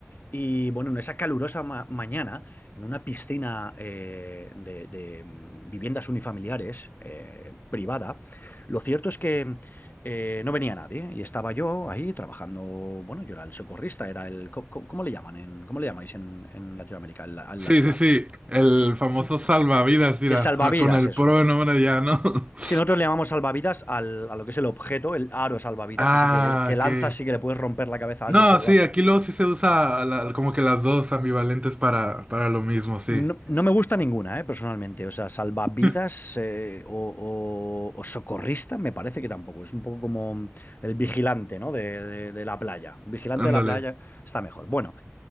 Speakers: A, on the left; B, on the right.
A: Y bueno, en esa calurosa ma- mañana, en una piscina eh, de, de, mm, viviendas unifamiliares eh, privada, lo cierto es que eh, no venía nadie y estaba yo ahí trabajando. Bueno, yo era el socorrista, era el. co- co- ¿Cómo, le llaman en, cómo le llamáis en, en Latinoamérica? El, al
B: Sí,
A: lifeguard.
B: sí, sí. El famoso
A: Es un-
B: salvavidas, mira,
A: El salvavidas,
B: <laughs> con el
A: eso.
B: pro nombre ya, ¿no? <laughs>
A: Es que nosotros le llamamos salvavidas al- a lo que es el objeto, el aro salvavidas,
B: Ah,
A: ese que, que
B: ok.
A: lanzas y que le puedes romper la cabeza
B: No,
A: a alguien si lo
B: sí,
A: lanzas.
B: aquí luego sí se usa la- como que las dos ambivalentes para, para lo mismo, sí.
A: No, no me gusta ninguna, eh, personalmente. O sea, salvavidas
B: <laughs>
A: eh, o, o- o socorrista me parece que tampoco. Es un poco como el vigilante, ¿no? De, de- de la playa. El vigilante
B: Ándale.
A: de la playa está mejor. Bueno,